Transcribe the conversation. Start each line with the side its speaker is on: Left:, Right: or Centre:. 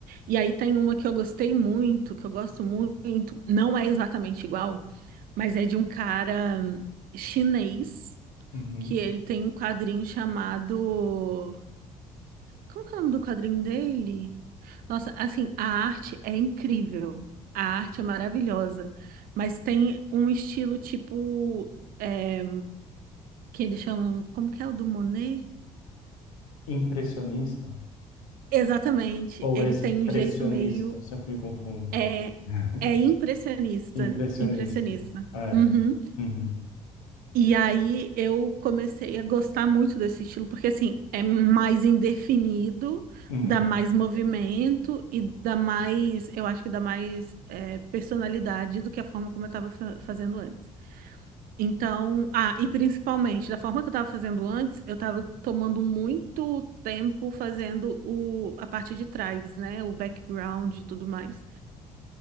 Right: E aí tem uma que eu gostei muito, que eu gosto muito, não é exatamente igual, mas é de um cara chinês
Left: Uhum.
Right: que ele tem um quadrinho chamado. Como que é o nome do quadrinho dele? Nossa, assim, a arte é incrível. A arte é maravilhosa. Mas tem um estilo tipo. é, que eles chamam. Como que é o do Monet?
Left: Impressionista
Right: Exatamente.
Left: ou
Right: Ele
Left: expressionista?
Right: tem um jeito meio.
Left: Eu sempre me confundo.
Right: É,
Left: <laughs>
Right: é impressionista.
Left: Impressionista.
Right: Impressionista.
Left: É.
Right: Uhum.
Left: Uhum.
Right: E aí eu comecei a gostar muito desse estilo, porque assim, é mais indefinido,
Left: Uhum.
Right: dá mais movimento e dá mais, eu acho que dá mais é, personalidade do que a forma como eu estava fazendo antes. Então, ah, e principalmente, da forma que eu estava fazendo antes, eu estava tomando muito tempo fazendo o, a parte de trás, né? O background e tudo mais.